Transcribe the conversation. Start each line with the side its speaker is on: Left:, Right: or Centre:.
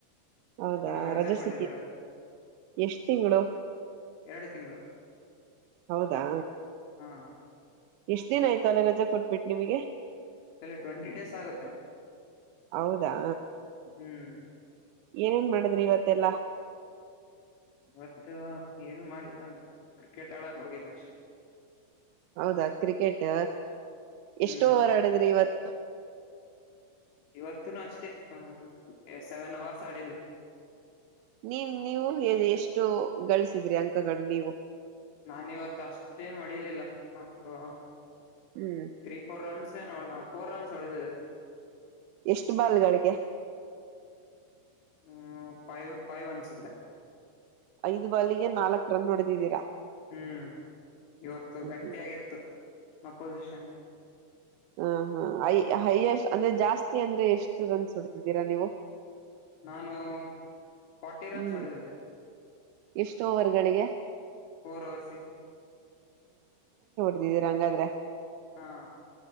Right: ಹೌದಾ
Left: ಇವಾಗ ರಜೆ
Right: ರಜಸಿಕಿ
Left: ಕೊಟ್ಟಿದ್ದಾರೆ
Right: ಎಷ್ಟ್ ತಿಂಗಳು
Left: ಎರಡು ತಿಂಗಳು
Right: ಹೌದಾ
Left: ಹಾ
Right: ಎಷ್ಟ್ ದಿನ ಆಯ್ತ ಅಲ್ಲೇ ರಜಾ ಕೊಟ್ಬಿಟ್ು ನಿಮಗೆ
Left: ಅಲ್ಲಿ ಟ್ವೆಂಟಿ ಡೇಸ್ ಆಗುತ್ತೆ
Right: ಹೌದಾ
Left: ಹ್ಮ್
Right: ಏನೇನ್ ಮಾಡಿದ್ರಿ ಇವತ್ತೆಲ್ಲಾ
Left: ಇತ್ತು ಏನು ಮಾಡ್ಿದ ಕ್ರಿಕೆಟ್ ಆಳಕ್ ಹೋಗಿದ್ದು ಅಷ್ಟೇ
Right: ಹೌದಾ ಕ್ರಿಕೆಟ್
Left: ಹ್ಮ್
Right: ಎಷ್ಟು ಓವರ್ ಆಡದ್ರಿ ಇವತ್ತು
Left: ಇವತ್ತುನು ಅಷ್ಟೇ ಹ ಸೆವೆನ್ ಅವರ್ಸ್ ಆಡಿದ್ದೆ
Right: ನೀವ ನೀವು ಎಷ್ಟು ಗಳಿಸಿದ್ರಿ ಅಂಕಗಳು ನೀವು
Left: ನಾನ್ ಇವತ್ ಅಷ್ಟೇನ್ ಹೊಡಿಲಿಲ್ಲ ಒ
Right: ಹ್ಮ್
Left: ್ರರಿಫರನ್ಸ್ ಫೋರ್ ರನ್ಸ್ ಹೊಡದದೆ
Right: ಎಷ್ಟು ಬಾಲ್ಗಳಿಗೆ
Left: ಹ್ಮ್ ಫೈವ್ ಫೈವ್ ಅನ್ಸುತ್ತೆ
Right: ಐದು ಬಾಲಿಗೆ ನಾಲ್ಕಕ್ ರನ್ ನೋಡ್ದಿದ್ದೀರಾ
Left: ಹ್ಮ್ ಇವತ್ತು ಗಟ್ಟಿಯಾಗಿತ್ತು
Right: ಹ್ಮ್
Left: ಅಪೋಸಿಷನ್
Right: ಹಾ ಹಾ ಐ ಹೈಯಸ್ ಅಂದ್ರೆ ಜಾಸ್ತಿ ಅಂದ್ರೆ ಎಷ್ಟು ರನ್ಸ್ ಹುಡ್ತಿದ್ದೀರಾ ನೀವು
Left: ನಾನು ಫಾರ್ಟಿ ರನ್ಸ್
Right: ಹ್ಮ್
Left: ಹೊಡೆದಿದ್ದೆ
Right: ಎಷ್ಟು ಓವರ್ಗಳಿಗೆ
Left: ಫೋರ್ ಓರ್ಸಿ
Right: ಫ್ರೀ ಇದೀರಾ ಹಂಗಾದ್ರೆ
Left: ಹಾ